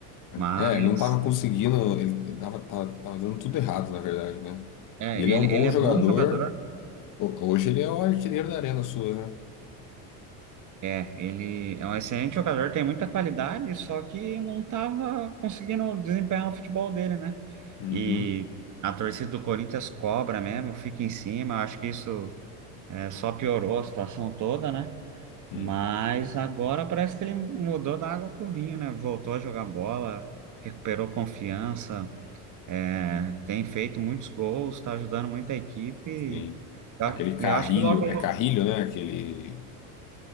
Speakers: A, on the right (about 40°); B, on the left (about 45°).
A: Mas
B: É, é, ele não tava conseguindo, ele tava, tava, tava dando tudo errado, na verdade, né?
A: é,
B: E ele
A: ele,
B: é um bom
A: ele é
B: jogador.
A: bom jogador.
B: Ho- Hoje ele é o artilheiro da Arena Suas, né?
A: É, ele é um excelente jogador, tem muita qualidade, só que não estava conseguindo desempenhar o futebol dele, né?
B: Uhum.
A: E a torcida do Corinthians cobra mesmo, fica em cima. Acho que isso é, só piorou a situação toda, né?
B: Hum,
A: Mas agora parece que ele mudou da água pro vinho, né? Voltou a jogar bola, recuperou confiança, é, tem feito muitos gols, está ajudando muito a equipe. E
B: sim.
A: eu
B: Aquele Carrilho,
A: e eu acho que logo
B: é Carrilho, né? Aquele,